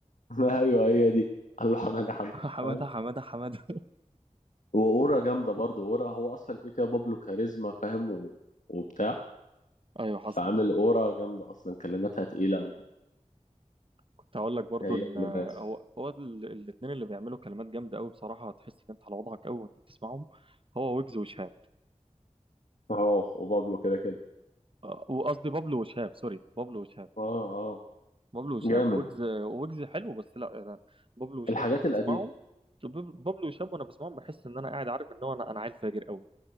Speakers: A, on the left (about 75°); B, on the right (about 45°).
A: ايوه هي دي قال له حماده حماده
B: <laughs> حماده
A: فاهم
B: حماده حماده
A: واورا جامده برضه اورا هو اصلا كده كده بابلو كاريزما فاهم و- وبتاع
B: ايوه حصل
A: فعامل اورا جامده اصلا كلماتها تقيله قوي
B: كنت هقول لك برضه
A: هي
B: ان
A: ولباس
B: هو هو الاثنين اللي بيعملوا كلمات جامده قوي بصراحه تحس ان انت على وضعك قوي وانت بتسمعهم هو ويجز وشهاب
A: اه وبابلو كده كده
B: أه، وقصدي بابلو وشهاب سوري بابلو وشهاب
A: اه اه
B: بابلو وشاب
A: جامد
B: ويجز ويجز حلو بس لا أنا بابلو وشاب
A: الحاجات
B: وانا
A: القديمه
B: بسمعهم باب- بابلو وشاب وانا بسمعهم بحس ان انا قاعد عارف ان هو انا انا عيل فاجر قوي